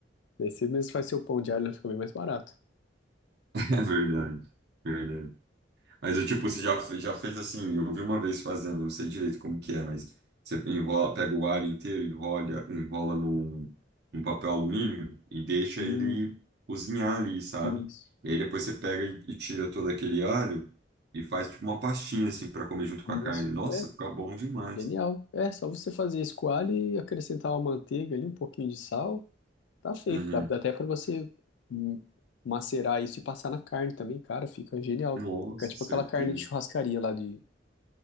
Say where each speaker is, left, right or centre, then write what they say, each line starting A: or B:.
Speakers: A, on the left (about 70°); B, on the right (about 60°).
A: Daí você mesmo faz seu pão de alho, fica bem mais barato.
B: <laughs> É verdade, verdade. Mas eu, tipo, você já, fe- já fez assim, eu vi uma vez fazendo, não sei direito como que é, mas você enrola, pega o alho inteiro, enrola, enrola num, num papel alumínio e deixa
A: Hum.
B: ele cozinhar ali, sabe?
A: Isso,
B: E aí depois você pega e, e tira todo aquele alho e faz tipo uma pastinha assim para comer junto com a carne.
A: isso.
B: Nossa,
A: É,
B: fica bom demais.
A: genial.
B: cara.
A: É, só você fazer a escoalha e acrescentar uma manteiga ali, um pouquinho de sal, tá feito.
B: Uhum.
A: Dá, dá até para você hum, macerar isso e passar na carne também, cara, fica genial.
B: Nossa,
A: Fica tipo
B: certeza.
A: aquela carne de churrascaria lá de